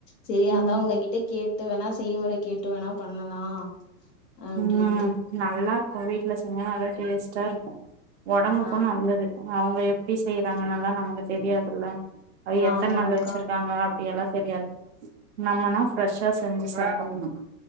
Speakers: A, on the left; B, on the right.
A: சரி
B: ம்
A: அதான் உங்ககிட்ட கேட்டு வேணா செய்முறை கேட்டு வேணா பண்ணலா அப்டின்ட்டு
B: உம் நல்லா இருக்கும் வீட்டுல ரொம்ப நல்லா டேஸ்ட்டா இருக்கு ஒடம்புக்கு
A: ஆ
B: நல்லது. அவங்க எப்படி செய்யறாங்கன்னல்லா நமக்கு தெரியாதுல்ல அது
A: ஆமாங்க்கா
B: எத்தன நாள் வச்சிருக்காங்க அப்படியெல்லா தெரியாது நம்மனா ஃப்ரெஷ்ஷா செஞ்சு சாப்புடணு